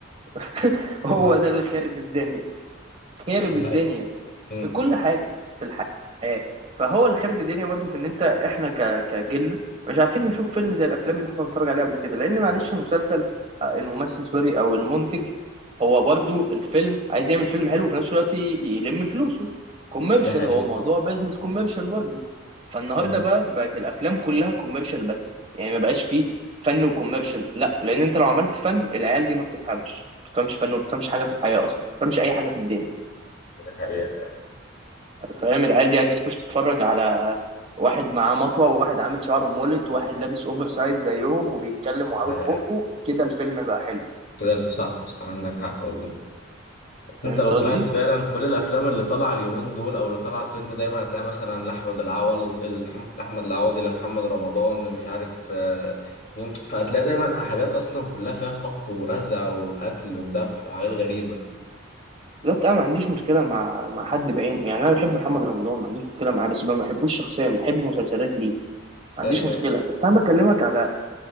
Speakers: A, on the right; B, on the left.
A: <laughs> هو
B: <laughs>
A: ده اللي خرب الدنيا خرب
B: ده حقيقة
A: الدنيا
B: مم.
A: في كل حاجه في الحياه فهو الخرب الدنيا برضه في ان انت احنا ك- كجيلنا مش عارفين نشوف فيلم زي الافلام اللي احنا كنا بنتفرج عليها قبل كده لان معلش المسلسل آه، الممثل سوري او المنتج هو برضه الفيلم عايز يعمل فيلم حلو وفي نفس الوقت ي- يلم فلوسه كوميرشال
B: ده حقيقة
A: هو موضوع بيزنس كوميرشال برضه فالنهارده
B: مم.
A: بقى بقت الافلام كلها كوميرشال بس يعني ما بقاش فيه فن وكوميرشال لا لان انت لو عملت فن العيال دي ما بتفهمش ما بتفهمش فن وما بتفهمش حاجه في الحياه اصلا ما بتفهمش اي حاجه في الدنيا
B: ده حقيقة
A: فاهم العيال دي عايزه تخش تتفرج على واحد معاه مطوه وواحد عامل شعره مولت وواحد لابس اوفر سايز زيهم وبيتكلم وعاوج
B: لا
A: بقه كده الفيلم بقى حلو
B: كده الف- صح صح عندك حق والله بس
A: فهمت
B: انت لو طلعت
A: قصدي
B: فعلا كل الافلام اللي طالعه اليومين دول او اللي طالعه ترند دايما هتلاقي مثلا لاحمد العوضي الحم- لاحمد العوضي لمحمد رمضان مش عارف آه، مين فهتلاقي دايما حاجات اصلا كلها فيها خبط ورزع وقتل وذبح وحاجات غريبه
A: بالظبط انا ما عنديش مشكله مع مع حد بعينه يعني انا بحب محمد رمضان ما عنديش مشكله معاه بس ما بحبوش شخصيا بحب مسلسلات ليه ما عنديش
B: ايوه
A: مشكله
B: ايوه
A: بس انا بكلمك على